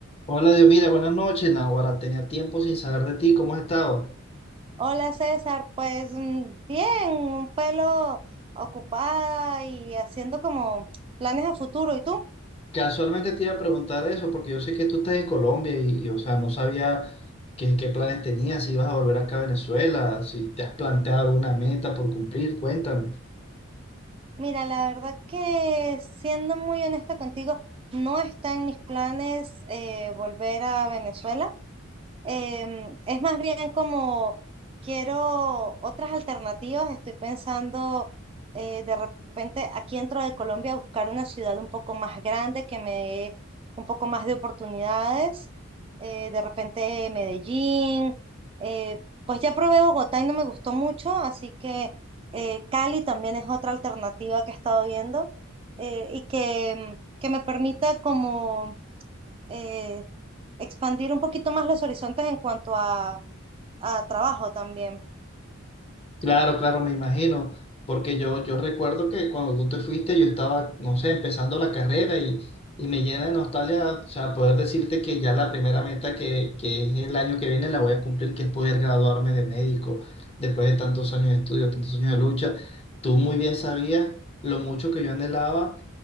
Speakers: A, on the left; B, on the right.
A: Hola, Dios, mira, buenas noches, Nahuara. Tenía tiempo sin saber de ti, ¿cómo has estado?
B: Hola César, pues mm, bien, un pelo ocupada y haciendo como planes a futuro. ¿Y tú?
A: Casualmente te iba a preguntar eso, porque yo sé que tú estás en Colombia y, y, o sea, no sabía qué, qué planes tenías, si ibas a volver acá a Venezuela, si te has planteado alguna meta por cumplir, cuéntame.
B: Mira, la verdad que siendo muy honesta contigo, no está en mis planes eh, volver a Venezuela. Em, es más bien como quiero otras alternativas. Estoy pensando eh, de repente aquí dentro de Colombia buscar una ciudad un poco más grande que me dé un poco más de oportunidades. Eh, de repente Medellín. eh, pues ya probé Bogotá y no me gustó mucho, así que eh, Cali también es otra alternativa que he estado viendo eh, y que, mm, que me permita como eh, expandir un poquito más los horizontes en cuanto a, a trabajo también.
A: Claro, claro, me imagino, porque yo, yo recuerdo que cuando tú te fuiste yo estaba, no sé, empezando la carrera y, y me llena de nostalgia, o sea, poder decirte que ya la primera meta que, que es el año que viene la voy a cumplir, que es poder graduarme de médico después de tantos años de estudio, tantos años de lucha. Tú muy bien sabías lo mucho que yo anhelaba